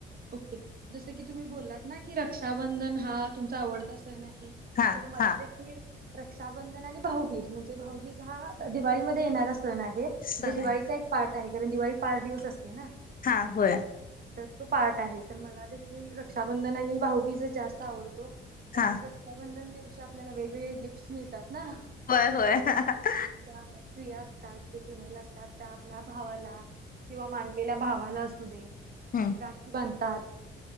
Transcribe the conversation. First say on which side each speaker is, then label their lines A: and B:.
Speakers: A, on the right; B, on the left.
A: ओके जसं की तुम्ही बोललात ना की रक्षाबंधन हा तुमचा आवडता सण आहे.
B: हा
A: तर मला
B: हा
A: देखील रक्षाबंधन आणि भाऊबीज म्हणजे भाऊबीज हा दिवाळीमध्ये येणारा सण आहे
B: सण
A: जे दिवाळीचा
B: आहे
A: एक पार्ट आहे कारण दिवाळी पाच दिवस असते ना.
B: हां होय.
A: तर तो पार्ट आहे तर मला देखील रक्षाबंधन आणि भाऊबीज जास्त आवडतो कारण
B: हा
A: रक् बंधन दिवशी आपल्याला वेगवेगळे गिफ्टस मिळतात ना
B: होय होय
A: कारण
B: हम्म
A: की हां त्या स्त्रिया असतात की फिमेल असतात त्या आपल्या भावाला किंवा माण् किंवा भावाला असू दे.
B: हम्.
A: राखी बांधतात